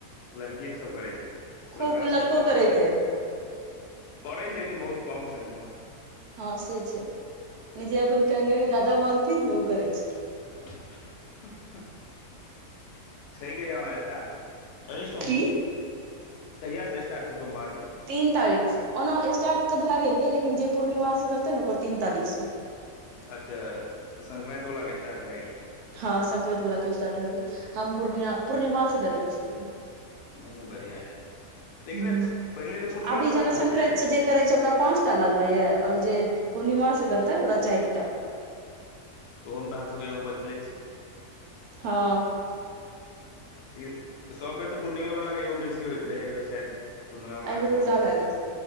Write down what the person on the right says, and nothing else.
खूब
लड़को
करै
छै
हँ से छै नै जे अपन कनियां क जादा मानथिन ने ओ करै छै।
की
तीन तारीक सँ ओना स्टार्ट तऽ भेए गेल ये लेकिन जे पूर्णिमा सँ करतै ने ओकर तीन तारीख से।
हँ संक्रांति बला के स्टार्ट भेए गेल, हम पूर्णिया -पूर्णिमा से करै छी साॅरी।
हूँ
अभी जेना
संक्रांति
से जे करै छै ओकरा पाँच टा लागलै ये और जे पूर्णिमा से करतै ओकरा चाइर टा।
हँ।
एहि
बेर
उल्टा
भए गेल